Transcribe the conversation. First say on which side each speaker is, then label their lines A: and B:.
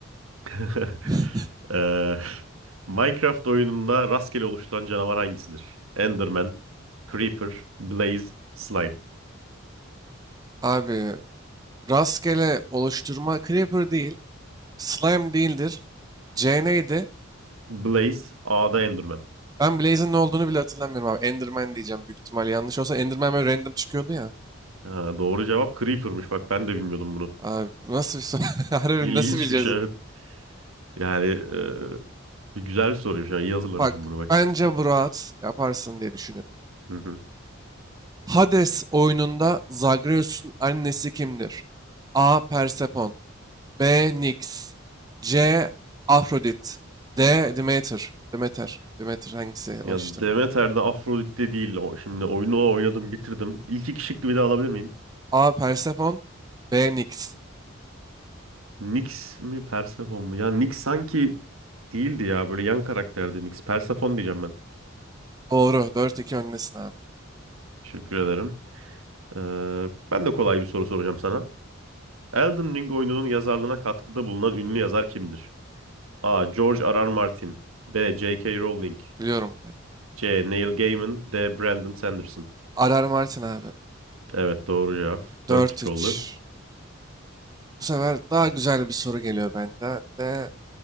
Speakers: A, on the right; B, on the right.
A: <laughs>
B: <laughs>
A: Ee, <laughs> Minecraft oyununda rastgele oluşturan canavar hangisidir? Enderman, Creeper, Blaze, Slime.
B: Abi rastgele oluşturma Creeper değil. Slime değildir. C neydi?
A: Blaze, A'da Enderman.
B: Ben Blaze'in ne olduğunu bile hatırlamıyorum abi. Enderman diyeceğim büyük ihtimal. Yanlış olsa Enderman böyle random çıkıyordu ya.
A: Ha, doğru cevap Creeper'mış. Bak ben de bilmiyordum bunu.
B: Abi bu nasıl bir soru? <laughs> Harbi
A: İlginç
B: nasıl bileceğiz?
A: bir şey. evet. Yani e, bir güzel bir soruymuş. Yani iyi hazırlamışım
B: Bak
A: bunu bak.
B: bence bu rahat yaparsın diye düşünüyorum.
A: Hı hı.
B: Hades oyununda Zagreus'un annesi kimdir? A. Persefone B. Nix C. Afrodit D. Demeter Demeter Demeter hangisi o
A: Ya
B: işte.
A: Demeter'de Afrodit'te değil. O, şimdi oyunu oynadım bitirdim. İlk iki şıkkı bir daha alabilir miyim?
B: A. Persephone B. Nix
A: Nyx mi Persephone mu? Ya Nyx sanki değildi ya. Böyle yan karakterdi Nyx. Persephone diyeceğim ben.
B: Doğru. dört iki öndesin abi.
A: Teşekkür ederim. Ee, ben de kolay bir soru soracağım sana. Elden Ring oyununun yazarlığına katkıda bulunan ünlü yazar kimdir? A. George R. R. Martin B. J. K. Rowling
B: Biliyorum ben.
A: C. Neil Gaiman D. Brandon Sanderson
B: Arar Martin abi.
A: Evet doğru cevap.
B: dört
A: Dört üç
B: üç
A: oldu.
B: Bu sefer daha güzel bir soru geliyor benden de.